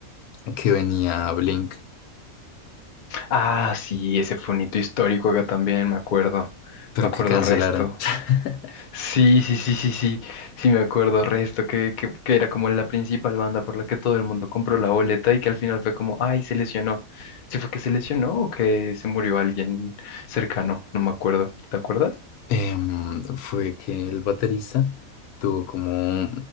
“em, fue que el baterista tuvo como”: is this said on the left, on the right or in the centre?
Left